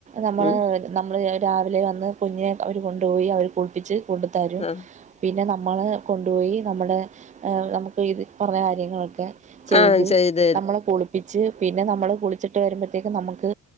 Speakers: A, on the right (about 25°); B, on the left (about 20°).
A: നമ്മടെ.
B: ഉം
A: നമ്മൾ രാവിലെ വന്ന് കുഞ്ഞെ അവര് കൊണ്ടുപോയി അവര് കുളിപ്പിച്ച് കൊണ്ടുത്തരും
B: ആഹ്
A: പിന്നെ നമ്മള് കൊണ്ടുപോയി നമ്മുടെ ഏഹ് നമുക്ക് ഇത് പറഞ്ഞ കാര്യങ്ങളൊക്കെ ചെയ്ത്
B: ആഹ് ചെയ്ത
A: നമ്മളെ കുളിപ്പിച്ച് പിന്നെ നമ്മള് കുളിച്ചിട്ട് വരുമ്പോത്തേക്കും നമുക്ക്